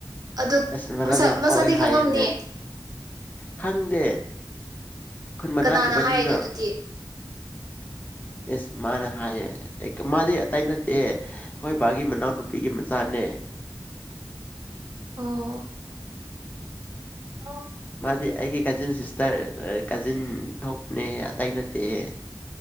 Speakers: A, on the right; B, on the left.
A: ꯑꯗꯨ
B: ꯑꯁ ꯃꯔꯝ
A: ꯃꯁꯛ
B: ꯌꯥꯝ
A: ꯃꯁꯛꯗꯤ
B: ꯑꯣꯛꯑꯦ ꯍꯥꯏꯌꯦ
A: ꯈꯪꯉꯝꯅꯤ
B: ꯅ ꯈꯪꯗꯦ ꯈꯨꯟ ꯃꯅꯥꯗꯕꯅꯤꯅ
A: ꯀꯅꯥꯅ ꯍꯥꯏꯅꯣ ꯑꯗꯨꯗꯤ
B: ꯑꯦꯁ ꯃꯥꯅ ꯍꯥꯏꯌꯦ ꯃꯥꯗꯤ ꯑꯇꯩ ꯅꯠꯇꯦ ꯑꯩꯈꯣꯏ ꯕꯥꯒꯤ ꯃꯅꯥꯎꯅꯨꯄꯤꯒꯤ ꯃꯆꯥꯅꯦ
A: ꯑꯣ ꯑꯣ
B: ꯃꯥꯗꯤ ꯑꯩꯒꯤꯦ ꯀꯖꯤꯟ ꯁꯤꯁꯇꯔ ꯀꯥꯖꯤꯟ ꯊꯣꯛꯅꯦ ꯑꯇꯩ ꯅꯠꯇꯦꯍꯦ